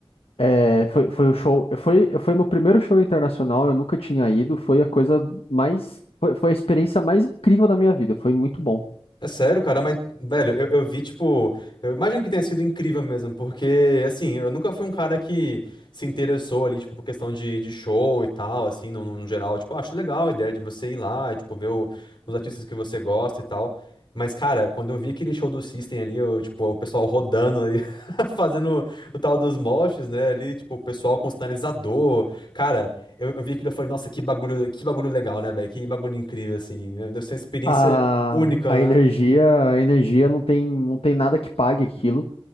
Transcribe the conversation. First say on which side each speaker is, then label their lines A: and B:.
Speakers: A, on the left; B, on the left.
A: É, foi, foi o show, foi, foi meu primeiro show internacional, eu nunca tinha ido. Foi a coisa mais, foi, foi a experiência mais incrível da minha vida. Foi muito bom.
B: É sério, cara, mas, velho, eu, eu vi, tipo, eu imagino que tenha sido incrível mesmo, porque, assim, eu nunca fui um cara que se interessou ali, tipo, por questão de, de show e tal, assim, no, no geral, tipo, ah, acho legal a ideia de você ir lá, e, tipo, ver o- os artistas que você gosta e tal, mas, cara, quando eu vi aquele show do System ali, eu, tipo, o pessoal rodando ali, <laughs> fazendo o tal dos moshes, né, ali, tipo, o pessoal com sinalizador, cara, eu, eu vi aquilo e falei, nossa, que bagulho, que bagulho legal, né, velho, que bagulho incrível, assim, deve ser uma experiência
A: A,
B: única,
A: a energia,
B: né?
A: a energia não tem, não tem nada que pague aquilo.